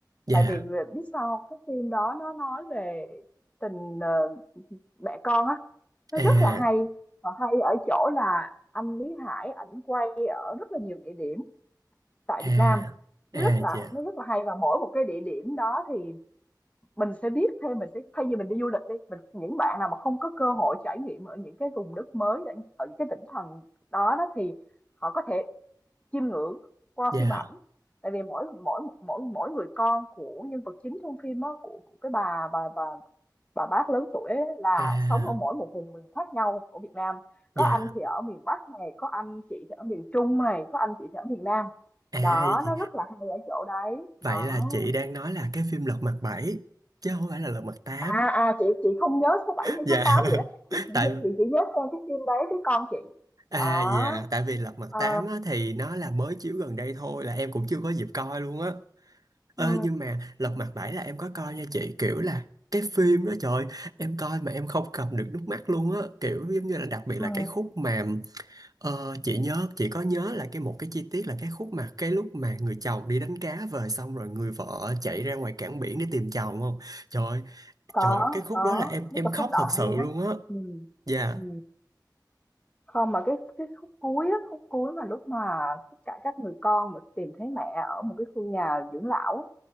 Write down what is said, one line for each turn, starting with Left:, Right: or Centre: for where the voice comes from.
Right: dạ
Left: Tại vì vì- biết sao không? cái phim đó nó nói về tình ờ, mẹ con á, nó
Right: à
Left: rất là hay và hay ở chỗ là anh Lý Hải ảnh quay ở rất là nhiều địa điểm tại
Right: à
Left: Việt Nam.
Right: à
Left: Nó rất là
Right: dạ
Left: nó rất là hay và mỗi một cái địa điểm đó thì mình sẽ biết thêm mình sẽ thay vì mình đi du lịch đi mình những bạn nào mà không có cơ hội trải nghiệm ở những cái vùng đất mới ở ở những cái tỉnh thành đó đó thì họ có thể chiêm ngưỡng qua
Right: dạ
Left: phim ảnh tại vì mỗi mỗi mỗi mỗi người con của nhân vật chính trong phim á của, của cái bà bà bà bà bác lớn tuổi ấy, là
Right: à
Left: sống ở mỗi một vùng miền khác nhau ở Việt Nam có
Right: dạ
Left: anh thì ở miền Bắc này có anh chị thì ở miền Trung này có anh chị thì ở miền Nam
Right: à
Left: đó
Right: vậy chị-
Left: nó rất là hay ở chỗ đấy đó
Right: vậy là chị đang nói là cái phim Lật Mặt Bảy chứ không phải là Lật Mặt Tám
Left: à à chị chị không nhớ số
Right: <laughs>
Left: 7 hay
Right: dạ
Left: số 8 gì đó chị chỉ
Right: tại
Left: chị chỉ nhớ xem cái phim đấy với con chị
Right: à
Left: đó
Right: dạ tại vì Lật Mặt
Left: ờ
Right: Tám á, thì nó là mới chiếu gần đây thôi là em cũng chưa có dịp coi luôn á Ê,
Left: ừ,
Right: nhưng mà Lật Mặt Bảy là em có coi nha chị kiểu là cái phim đó trời ơi, em coi mà em không cầm được nước mắt luôn á kiểu giống như là đặc biệt
Left: ừ,
Right: là cái khúc mà ờ, chị nhớ chị có nhớ là cái một cái chi tiết là cái khúc mà cái lúc mà người chồng đi đánh cá về xong rồi người vợ chạy ra ngoài cảng biển để tìm chồng không trời ơi,
Left: có
Right: trời ơi, cái khúc
Left: có
Right: đó là em em
Left: rất là
Right: khóc
Left: xúc động
Right: thật sự
Left: luôn
Right: luôn
Left: á
Right: á
Left: ừ,
Right: dạ
Left: ừ. không mà cái cái khúc cuối á khúc cuối mà lúc mà tất cả các người con mà tìm thấy mẹ ở một cái khu nhà dưỡng lão á,